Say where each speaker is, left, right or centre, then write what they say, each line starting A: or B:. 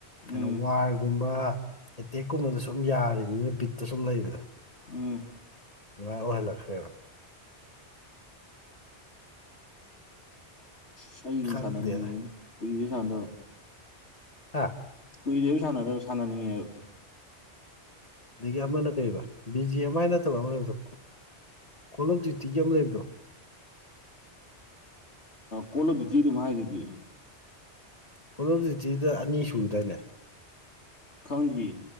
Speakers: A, on the left; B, on the left.
A: ꯎꯝ
B: ꯀꯩꯅꯣ ꯋꯥꯔꯒꯨꯝꯕ ꯑꯦꯇꯦꯛꯀꯨꯝꯕꯗ ꯁꯨꯝ ꯌꯥꯔꯤꯕꯅꯤꯅ ꯕꯤꯠꯇ ꯁꯨꯝ ꯂꯩꯕꯗꯣ
A: ꯎꯝ
B: ꯃ ꯑꯣꯍꯦꯂꯛ ꯈ꯭ꯔꯦꯔ
A: ꯑꯁ ꯑꯩ ꯑꯗꯨꯝ
B: ꯈꯪꯗꯦꯗ
A: ꯁꯥꯟꯅꯅꯤꯡꯉꯦꯅ ꯀꯨꯏꯔꯦ ꯁꯥꯟꯅꯗꯕ
B: ꯑ
A: ꯀꯨꯏꯔꯦꯕꯨ ꯁꯥꯟꯅꯗꯕ ꯁꯥꯟꯅꯅꯤꯡꯉꯦ
B: ꯑꯗꯒꯤ ꯑꯃꯅ ꯀꯩꯕ ꯕꯤ ꯖꯤ ꯑꯦꯝ ꯑꯥꯏ ꯅꯠꯇꯕ ꯑꯃ ꯂꯩꯕꯗꯣ ꯀꯣꯜ ꯑꯣꯐ ꯗ꯭ꯌꯨꯇꯤꯒꯤ ꯑꯃ ꯂꯩꯕꯗꯣ
A: ꯀꯣꯂꯣꯗꯨꯗꯤ ꯑꯗꯨꯃ ꯍꯥꯏ ꯑꯗꯨꯗꯤ
B: ꯀꯂꯣꯖꯤꯛꯇꯤꯗ ꯑꯅꯤ ꯁꯨꯕꯗꯅꯦ
A: ꯈꯪꯗꯦ